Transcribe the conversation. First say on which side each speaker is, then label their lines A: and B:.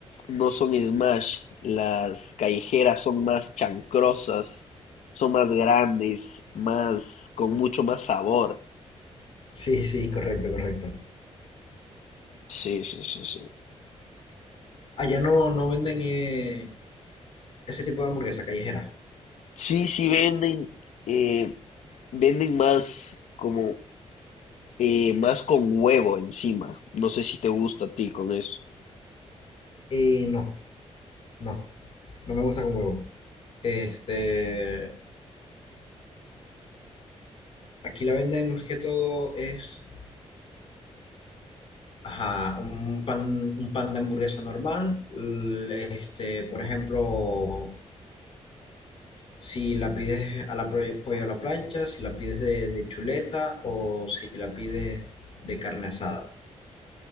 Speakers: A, on the left; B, on the left.
A: no son smash, las callejeras son más chancrosas, son más grandes, más, con mucho más sabor.
B: Sí, sí, correcto, correcto.
A: Sí, sí, sí, sí.
B: Allá no, no venden eh, ese tipo de hamburguesa callejera.
A: Sí, sí venden. eh, Venden más como eh, más con huevo encima. No sé si te gusta a ti con eso.
B: Eh, no, no, no me gusta con huevo. Este, aquí la venden más que todo es, ajá, un pan, un pan de hamburguesa normal. l- Este, por ejemplo, si la pides a la pro- pollo a la plancha, si la pides de, de chuleta o si la pides de carne asada.